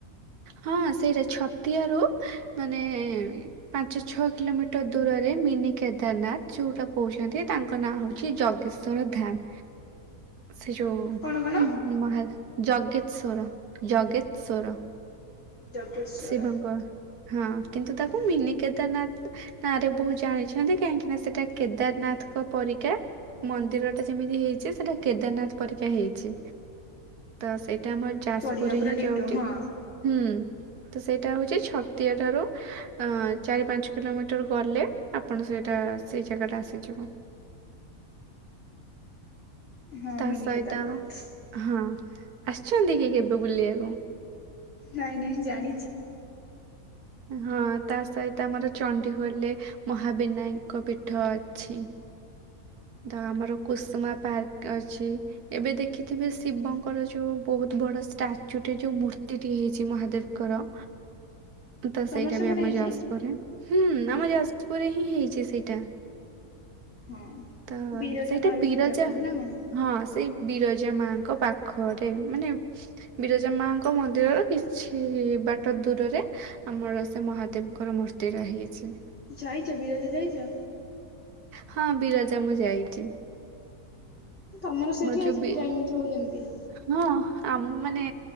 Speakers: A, on the right; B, on the left.
A: ହଁ ସେଇଟା ଛତିଆ ରୁ ମାନେ ଉଁ, ପାଞ୍ଚ ଛଅ କିଲୋମିଟର ଦୂରରେ ମିନି କେଦାରନାଥ ଯୋଉଟା କହୁଛନ୍ତି, ତାଙ୍କ ନାଁ ହଉଛି ଜ ଗେଶର ଧାମ୍, ସେ ଯୋଉ ଉଁ,
B: କଣ କଣ
A: ମହା ଜଗେତଶ୍ଵର, ଜଗେତଶ୍ବର।
B: ଜଗେଶ୍ଵର
A: ଶିବଙ୍କ ହଁ କିନ୍ତୁ ତାକୁ
B: ହଁ
A: ମିନିି କେଦାରନାଥ ନାଁ ରେ ବହୁତ ଜାଣିଛନ୍ତି କାହିଁକି ନା ସେଟା କେଦାରନାଥଙ୍କ ପରିକା ମନ୍ଦିର ଟା ଯେମିତି ହେଇଛି ସେଟା କେଦାରନାଥ ପରିକା ହେଇଛି। ତ ସେଇଟା ଆମର ଯାଜପୁରରେ
B: ପରିକା ପୁରା
A: ହିଁ
B: ଡିଟୋ
A: ଯାଉଚି,
B: ହଁ
A: ହୁଁ,। ତ ସେଇଟା ହଉଛି ଛତିଆ ଠାରୁ ଅଁ, ଚାରି ପାଞ୍ଚ କିଲୋମିଟର ଗଲେ ଆପଣ ସେଇଟା ସେଇ ଜାଗା ଟା ଆସିଯିବ।
B: ହଁ।
A: ତା
B: ମିନି
A: ସହିତ,
B: କେଦାରନାଥ
A: ହଁ ଆସିଛନ୍ତି କି କେବେ ବୁଲିବାକୁ?
B: ନାଇଁ ନାଇଁ ଜାଣିଛି।
A: ଏ ହଁ ତା ସହିତ ଆମର ଚଣ୍ଡୀଖୋଲେ ମହାବିନାୟଙ୍କ ପୀଠ ଅଛି। ଦା ଆମର କୁସୁମା ପାର୍କ ଅଛି। ଏବେ ଦେଖିଥିବେ ଶିବଙ୍କର ଯୋଉ ବହୁତ ବଡ ଷ୍ଟାଚୁ ଟେ ଯୋଉ ମୂର୍ତ୍ତିଟି ହେଇଛି ମହାଦେବ କର। ତ
B: ତମର
A: ସେଇଟା
B: ସେପଟେ
A: ବି ଆମ
B: ହେଇଛି?
A: ଯାଜପୁରରେ, ହୁଁ ଆମ, ଯାଜପୁରରେ ହିଁ ହେଇଛି ସେଇଟା।
B: ହଁ
A: ତ
B: ବିରଜା
A: ସେଇଟା
B: ମା ବି
A: ବିରଜା
B: ପୂଜା ପାଆନ୍ତି ନା କଣ?
A: ହଁ ସେଇ ବିରଜା ମାଙ୍କ ପାଖରେ ମାନେ ବିରଜା ମାଙ୍କ ମନ୍ଦିରର କିଛି ବାଟ ଦୂରରେ ଆମର ସେ ମହାଦେବଙ୍କର ମୂର୍ତ୍ତି ରହିଅଛି।
B: ଯାଇଚ ବିରଜା ଯାଇଚ?
A: ହଁ ବିରଜା ମୁଁ ଯାଇଚି।
B: ତୋମର ସେଇଠି
A: ଯୋଉ
B: ଅଛି
A: ବି
B: ଯାଇନଥିବ କେମିତି।
A: ହଁ ଆମ ମାନେ